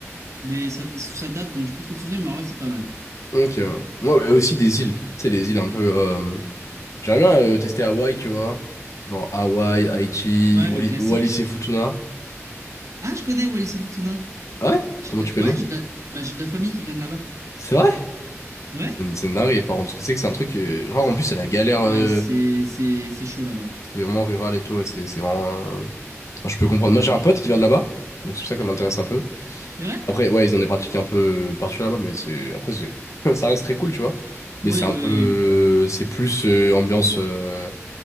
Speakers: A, on the right; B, on the left.
A: mais ça, ça date, donc j'ai plus trop de souvenirs, mais en vrai, c'est pas mal.
B: Ok, moi, mais aussi des îles, tu sais, les îles un peu, euh, j'aimerais bien euh, tester Hawaï, tu vois, genre Hawaï, Haïti,
A: Ouais,
B: Wali-
A: le classique.
B: Wallis et Futuna.
A: Ah, je connais Wallis et Futuna.
B: Ah ouais?
A: J'ai
B: Comment
A: de la-
B: tu connais?
A: Ouais, j'ai de la... Bah, j'ai de la famille qui vient de là-bas.
B: C'est vrai?
A: Ouais?
B: C'est une, c'est une dinguerie, par contre, parce que c'est que c'est un truc, euh, genre, en plus, c'est la galère,
A: Ouais,
B: euh,
A: c'est, c'est, c'est chaud là-bas.
B: c'est vraiment rural et tout, c'est c'est vraiment, euh, enfin, je peux comprendre. Moi, j'ai un pote qui vient de là-bas, donc c'est pour ça que ça m'intéresse un peu.
A: C'est vrai?
B: Après, ouais, ils ont des pratiques un peu particulières là-bas, mais c'est, après, c'est, <laughs> ça reste très cool, tu vois.
A: Oui,
B: Mais c'est un
A: oui, oui.
B: peu, c'est plus euh, ambiance, euh,